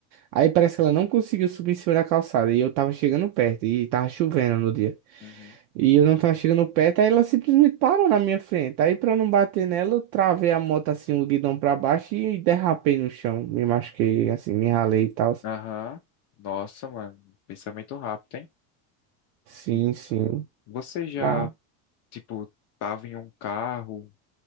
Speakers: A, on the right (about 65°); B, on the left (about 35°).
A: Aí parece que ela não conseguiu subir em cima da calçada. E eu tava chegando perto, e tava chovendo no dia.
B: Uhum.
A: E eu não tava chegando perto, aí ela simplesmente parou na minha frente. Aí pra eu não bater nela, eu travei a moto assim, o guidão pra baixo e derrapei no chão. Me machuquei, assim, me ralei e tal.
B: Aham. Nossa, mano. Pensamento rápido, hein?
A: Sim,
B: Hum,
A: sim.
B: Você já,
A: Ah,
B: tipo, tava em um carro,